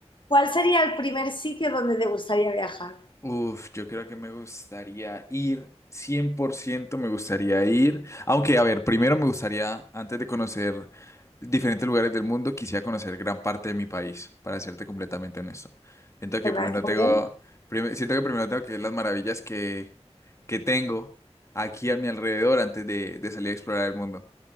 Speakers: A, on the left; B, on the left.
A: cuál sería el primer sitio donde te gustaría viajar?
B: Uf, yo creo que me gustaría ir, 100% me gustaría ir, aunque a ver, primero me gustaría, antes de conocer diferentes lugares del mundo, quisiera conocer gran parte de mi país, para serte completamente honesto. Siento que
A: ¿Verdad?
B: primero
A: ¿Está
B: tengo,
A: bien?
B: prim- siento que primero tengo que ver las maravillas que, que tengo aquí a mi alrededor antes de, de salir a explorar el mundo.